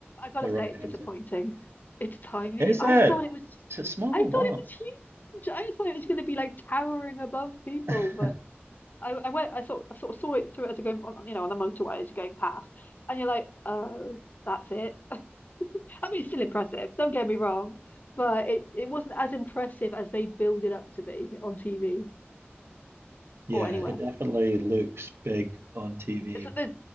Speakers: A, on the left (about 45°); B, on the right (about 65°).
A: gotta
B: the
A: say,
B: right
A: it's
B: answer.
A: disappointing. It's tiny.
B: Is
A: I
B: it?
A: thought it was,
B: Is it small?
A: I thought
B: Wow.
A: it was huge. I just thought it was going to be like towering above people,
B: <laughs>
A: but I, I went, I sort, I sort of saw it through as you're going, on, you know, on the motorway as you're going past, and you're like, oh, that's it. I mean, it's still impressive, don't get me wrong, but it, it wasn't as impressive as they build it up to be on TV
B: Yeah,
A: or anywhere.
B: it definitely looks big on TV.
A: It's, there's